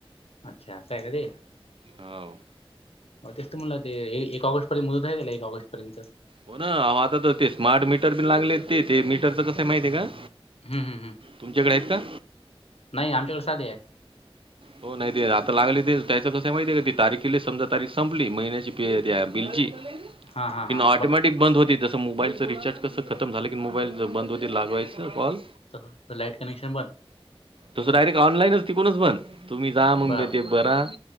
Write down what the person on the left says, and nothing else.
अच्छा असाय का ते
तेचं म्हटला ते एक ऑगस्टपर्यंत मुदत हाय काय एक ऑगस्टपर्यंत
हम्म हम्म हम्,
नाही आमच्याकडे साध हाय.
हां हां
हां
तर लाईट कनेक्शन बंद
बर